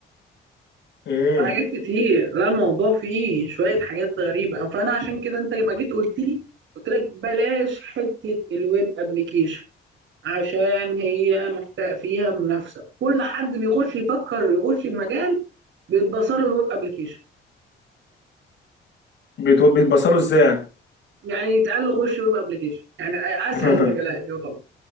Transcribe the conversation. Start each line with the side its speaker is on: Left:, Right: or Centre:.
Left: امم
Right: حاجات كتير لا الموضوع فيه شويه حاجات غريبه فانا عشان كده انت ما جيت قلت لي قلت لك بلاش حته الويب ابلكيشن عشان هي محتاج فيها منافسه كل حد بيخش يفكر يخش المجال بيتبصر له الويب ابلكيشن
Left: بيتو- بيتبصلوا ازاي يعني؟
Right: يعني يتقال له خش ويب ابلكيشن يعني اسهل
Left: <laughs>
Right: المجالات يعتبر